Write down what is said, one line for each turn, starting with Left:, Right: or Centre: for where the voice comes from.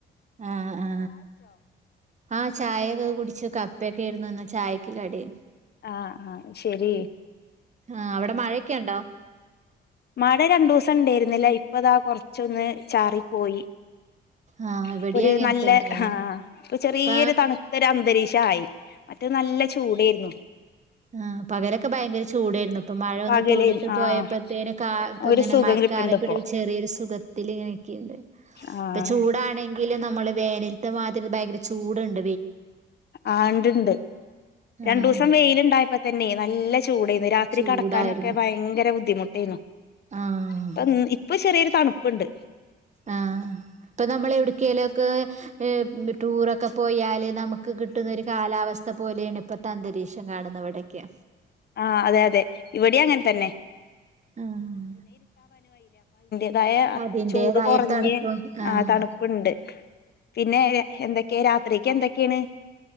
Right: ആ ആ ആ ചായക്കെ കുടിച്ചു കപ്പ ക്കേരുന്നു ചായക്ക് കടി
Left: ആ ആ ശെരി
Right: ആ അവിടെ മഴൊക്കെ ണ്ടോ
Left: മഴ രണ്ടു ദിവസം ണ്ടേര്ന്നില്ല ഇപ്പോ താ കൊറച്ചൊന്ന് ചാറിപ്പോയി
Right: ആഹ് ഇവിടെയും
Left: ഇപ്പോര്
Right: അങ്ങനെ
Left: നല്ല
Right: തന്നെയാണ്
Left: ആ ചെറിയൊരു
Right: ഇപ്പ
Left: തണുത്തൊരു അന്തരീക്ഷം ആയി മറ്റേ നല്ല ചൂടേര്ന്നു
Right: ആ പകലൊക്കെ ഭയങ്കര ചൂടേര്ന്നു ഇപ്പൊ മഴൊന്ന്
Left: പകല്
Right: തുള്ളിട്ട്
Left: ആഹ്
Right: പോയപ്പോഴത്തേനും കാ
Left: ഒരു
Right: ഇങ്ങനെ
Left: സുഖം
Right: <unintelligible>
Left: കിട്ട്ണ്ട് ഇപ്പോ
Right: ഒരു ചെറിയൊരു സുഖത്തിൽ ങ്ങനെക്ക്‌ണ്ട്
Left: ആഹ്
Right: ഇപ്പൊ ചൂടാണെങ്കിലും നമ്മള് വേനൽത്ത് മാതിരി ഭയങ്കര ചൂട്ണ്ട്
Left: ആ ണ്ട്ണ്ട് രണ്ടുസം
Right: ആഹ്
Left: വെയില്ണ്ടായപ്പോ തന്നെ നല്ല ചൂടേന്ന് രാത്രി
Right: ചൂടായിരുന്നു
Left: കെടക്കാനൊക്കെ ഭയങ്കര ബുദ്ധിമുട്ടേയ്ന്നു
Right: ആഹ്
Left: ഇപ്പം ഇപ്പൊ ചെറിയൊരു തണ്പ്പ്ണ്ട്
Right: ആ ഇപ്പൊ നമ്മള് എവിടെക്കേലൊക്കെ ഏ ടൂറൊക്കെ പോയാല് നമുക്ക് കിട്ടുന്ന ഒരു കാലാവസ്ഥ പോലെയാണ് ഇപ്പത്തെ അന്തരീക്ഷം കാണുന്നത് ഇവടൊക്കെ
Left: ആഹ് അതെ അതെ ഇവിടെയും അങ്ങനെ തന്നെ
Right: ആഹ്
Left: അതായ
Right: അതിന്റേതായൊരു
Left: ചൂട് കൊറഞ്ഞ്
Right: തണുപ്പും ആഹ്
Left: ആ തണ്പ്പ്ണ്ട് പിന്നെ എന്തൊക്കെയ രാത്രിക്ക് എന്തൊക്കെണ്